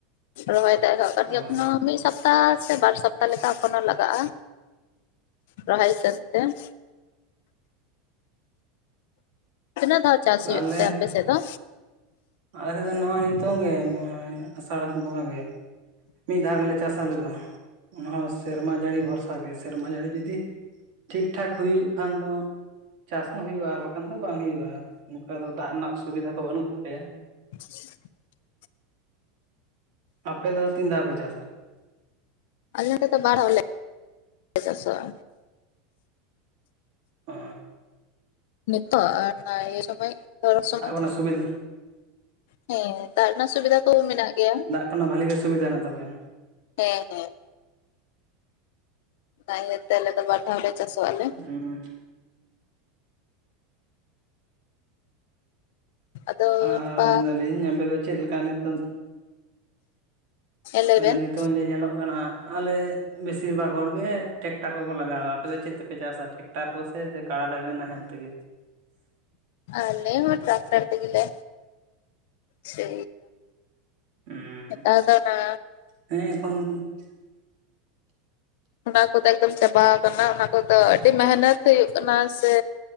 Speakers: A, on the left (about 55°); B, on the right (about 50°).
A: ᱨᱚᱦᱚᱭ ᱫᱚ ᱮᱦᱚᱵ ᱟᱠᱟᱱ
B: ᱦᱩᱸ
A: ᱜᱮᱭᱟ ᱮᱠᱷᱟᱱᱳ ᱢᱤᱫ ᱥᱚᱯᱛᱟ ᱥᱮ ᱵᱟᱨ ᱥᱚᱯᱛᱟ ᱞᱮᱠᱟ ᱮᱠᱷᱚᱱᱳ ᱞᱟᱜᱟᱜᱼᱟ, ᱨᱚᱦᱚᱭ ᱦᱤᱥᱟᱹᱵᱽ ᱛᱮ ᱾ ᱛᱤᱱᱟᱹᱜ ᱫᱷᱟᱣ ᱪᱟᱥ ᱦᱩᱭᱩᱜ
B: ᱟᱞᱮ
A: ᱛᱮ ᱟᱯᱮ ᱥᱮᱫ ᱫᱚ?
B: ᱟᱞᱮ ᱫᱚ ᱱᱚᱜᱼᱚᱭ ᱱᱤᱛᱚᱝ ᱜᱮ ᱟᱸᱥᱟᱲ ᱵᱚᱸᱜᱟ ᱜᱮ ᱾ ᱢᱤᱫ ᱫᱷᱟᱣ ᱜᱮᱞᱮ ᱪᱟᱥᱟ ᱟᱞᱮ ᱫᱚ ᱾ ᱚᱱᱟ ᱦᱚᱸ ᱥᱮᱨᱢᱟ ᱡᱟᱹᱲᱤ ᱵᱷᱚᱨᱥᱟ ᱜᱮ, ᱥᱮᱨᱢᱟ ᱡᱟᱹᱲᱤ ᱡᱩᱫᱤ ᱴᱷᱤᱠ ᱴᱷᱟᱠ ᱦᱩᱭᱩᱜ ᱠᱷᱟᱱ ᱫᱚ ᱪᱟᱥ ᱦᱚᱸ ᱦᱩᱭᱩᱜᱼᱟ ᱟᱨ ᱵᱟᱠᱷᱟᱱ ᱫᱚ ᱵᱟᱝ ᱦᱩᱭᱩᱜᱼᱟ, ᱱᱚᱝᱠᱟ ᱫᱚ ᱫᱟᱜ ᱨᱮᱱᱟᱜ ᱥᱩᱵᱤᱫᱷᱟ ᱠᱚ ᱵᱟᱹᱱᱩᱜ ᱛᱟᱞᱮᱭᱟ ᱾
A: <inaudible>
B: ᱟᱯᱮ ᱫᱚ ᱛᱤᱱ ᱫᱷᱟᱣ ᱯᱮ ᱪᱟᱥᱟ?
A: ᱟᱞᱮ ᱱᱚᱛᱚ ᱵᱟᱨ ᱫᱷᱟᱣ ᱞᱮ ᱪᱟᱥᱚᱜᱼᱟ᱾
B: ᱚ
A: ᱱᱤᱛᱚᱜ ᱟᱨ ᱚᱱᱟ ᱤᱭᱟᱹ ᱥᱚᱢᱚᱭ ᱫᱷᱚᱨᱚᱱ ᱥᱚᱢᱚᱭ ᱾
B: ᱚᱥᱩᱵᱤᱫᱷᱟ
A: ᱦᱮᱸ ᱫᱟᱜ ᱨᱮᱱᱟᱜ ᱥᱩᱵᱤᱫᱷᱟ ᱠᱚ ᱢᱮᱱᱟᱜ ᱯᱮᱭᱟ ᱾
B: ᱠᱷᱚᱱᱟᱜ ᱵᱷᱟᱜᱤ ᱜᱮ ᱫᱩᱵᱤᱫᱟ ᱢᱮᱱᱟᱜ ᱛᱟᱯᱮᱭᱟ ᱾
A: ᱦᱮᱸ, ᱦᱮᱸ ᱾ ᱚᱱᱟ ᱤᱭᱟᱹᱛᱮ ᱟᱞᱮ ᱫᱚ ᱵᱟᱨ ᱫᱷᱟᱣ ᱞᱮ ᱪᱟᱥᱚᱜ ᱟᱞᱮ ᱾
B: ᱦᱮᱸ ᱾
A: ᱟᱫᱚ
B: ᱟᱨ
A: ᱱᱚᱝᱠᱟ
B: ᱢᱮᱱ ᱫᱟᱞᱤᱧ ᱟᱯᱮ ᱫᱚ ᱪᱮᱫ ᱞᱮᱠᱟ ᱱᱤᱛᱚᱜ
A: ᱪᱮᱫ ᱞᱟᱹᱭ
B: ᱢᱮᱱᱫᱟ
A: ᱵᱮᱱ ᱾
B: ᱱᱤᱛᱚᱝ ᱡᱮ ᱧᱮᱞᱚᱜ ᱠᱟᱱᱟ, ᱟᱞᱮ ᱵᱮᱥᱤᱨ ᱵᱷᱟᱜᱽ ᱦᱚᱲ ᱜᱮ ᱴᱮᱠᱴᱟᱨ ᱠᱚᱠᱚ ᱞᱟᱜᱟᱣᱟ, ᱟᱯᱮ ᱫᱚ ᱪᱮᱫ ᱛᱮᱯᱮ ᱪᱟᱥᱟ ᱴᱟᱠᱴᱟᱨ ᱠᱚ ᱥᱮ ᱠᱟᱰᱟ-ᱰᱟᱝᱜᱽᱨᱤ ᱱᱟᱦᱮᱞ ᱛᱮᱜᱮ?
A: ᱟᱞᱮ ᱢᱟ ᱴᱟᱠᱴᱟᱨ ᱛᱮᱜᱮ ᱥᱤ᱾
B: ᱦᱩᱸ
A: ᱱᱮᱛᱟᱨ ᱫᱚ ᱚᱱᱟ᱾
B: ᱦᱮᱸ ᱮᱠᱷᱚᱱ <unintelligible>
A: ᱚᱱᱟ ᱠᱚᱫᱚ ᱮᱠᱫᱚᱢ ᱪᱟᱵᱟ ᱟᱠᱟᱱᱟ, ᱚᱱᱟ ᱠᱚᱫᱚ ᱟᱹᱰᱤ ᱢᱮᱦᱱᱚᱛ ᱦᱩᱭᱩᱜ ᱠᱟᱱᱟ ᱥᱮ᱾